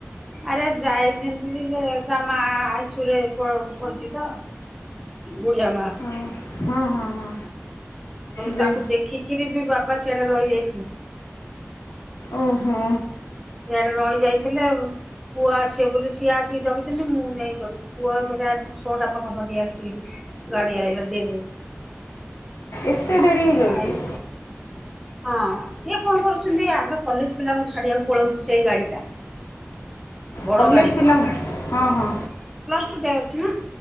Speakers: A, in the centre; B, on the left.
A: ଆରେ ଯାଇ ଯେମିତି ଯେ ତା ମା ଆଇସୁରେ ପଡିଚି ତ। ବୁଢିଆମା।
B: ଓ ହଁ ହଁ ହଁ। ଦେ
A: ତାକୁ ଦେଖିକିରି ବି ବାପା ସିଆଡେ ରହିଯାଇଥିଲେ।
B: ଓହୋ।
A: ସେଆଡେ ରହି ଯାଇଥିଲେ ଆଉ। ପୁଅ ଆସିବେ ବୋଲି ସିଏ ଆସିକି ଜଗିଚନ୍ତି ମୁଁ ଯାଇ ଜଗିଚି, ପୁଅ ଫେ <unintelligible> ଛୋଟା ପାଖା ପାଖି ଆସିି ଗାଡି ଆଇଲା ଦେଖ୍।
B: ଏତେ ଡେରି ହଇଯାଉଚି।
A: ଆଇଲୁ ହଁ ସିଏ କଣ କରୁଛନ୍ତି ଆଗେ କଲେଜ ପିଲାଙ୍କୁ ଛାଡିବାକୁ ପଳଉ ସେଇ ଗାଡି ଟା। ବଡ
B: କଲେଜ
A: ଗାଡିଟା
B: ପିଲାଙ୍କୁ ହଁ ହଁ
A: ପ୍ଲସ ଟୁ ଯାଏ ଅଛି ନା।